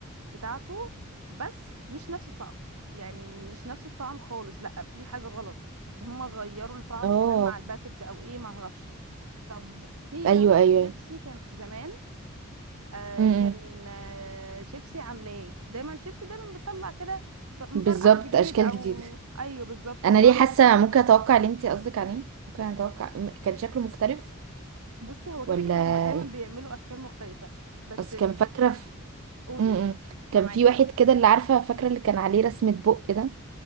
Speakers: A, on the right (about 85°); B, on the right (about 60°).
A: بتاعته بس مش نفس الطعم يعني مش نفس الطعم خالص لا في حاجه غلط هم غيروا الطعم
B: اه
A: كمان مع الباكج او ايه ما اعرفش طب في
B: ايوه
A: كمان شيبسي
B: ايوه
A: كان زمان آه
B: امم
A: كان آه شيبسي عاملاه ايه؟ دايما شيبسي دايما بتطلع كده ط- مطرقع
B: بالظبط
A: جديد
B: اشكال
A: او
B: جديده
A: ايوه بالظبط
B: انا ليه
A: طعم
B: حاسه ممكن اتوقع اللي انت قصدك عليه ممكن اتوقع م- كان شكله مختلف
A: بصي هو كده
B: ولا
A: كده هما دايما
B: إيه؟
A: بيعملوا اشكال مختلفه بس
B: اصل
A: ال...
B: كان فاكره في...
A: قولي
B: امم
A: قولي
B: كان
A: سامعاكي
B: في واحد كده اللي عارفه فاكره اللي كان عليه رسمه بق ده